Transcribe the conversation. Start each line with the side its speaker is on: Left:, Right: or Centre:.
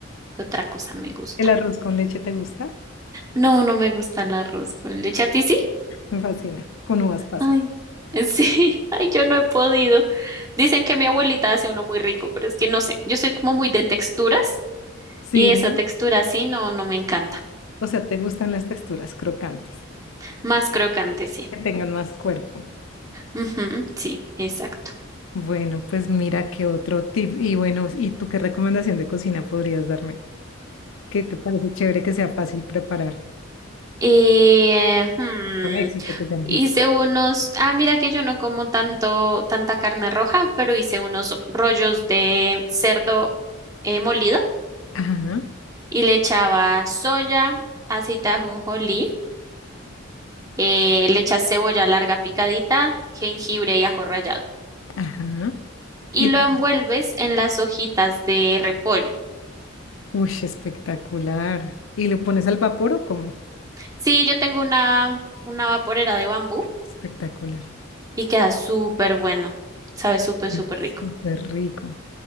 Right: ¿Qué Otra cosa me gusta.
Left: ¿El arroz con leche te gusta?
Right: No, no me gusta el arroz con leche. ¿A ti sí?
Left: Me fascina. Con uvas pasas.
Right: Ay, <laughs> sí. Ay, yo no he podido. Dicen que mi abuelita hace uno muy rico, pero es que no sé. Yo soy como muy de texturas
Left: Sí.
Right: y esa textura así no, no me encanta.
Left: O sea, te gustan las texturas crocantes,
Right: Más crocante, sí.
Left: que tengan más cuerpo.
Right: Ujú, sí, exacto.
Left: Bueno, pues mira qué otro tip. Y bueno, ¿y tú qué recomendación de cocina podrías darme? ¿Qué te parece chévere que sea fácil preparar?
Right: Eh, hmm,
Left: Un éxito que sea un
Right: hice
Left: hit.
Right: unos, ah, mira que yo no como tanto, tanta carne roja, pero hice unos rollos de cerdo eh, molido
Left: Ajá,
Right: y le echaba soya, aceite de ajonjolí, eh, le echas cebolla larga picadita, jengibre y ajo rallado.
Left: ajá.
Right: Y
Left: Y
Right: lo
Left: le-
Right: envuelves en las hojitas de repollo.
Left: Uy, espectacular. ¿Y lo pones al vapor o cómo?
Right: Sí, yo tengo una, una vaporera de bambú
Left: Espectacular.
Right: y queda súper bueno. Sabe súper,
Left: Uy,
Right: súper rico.
Left: Súper rico.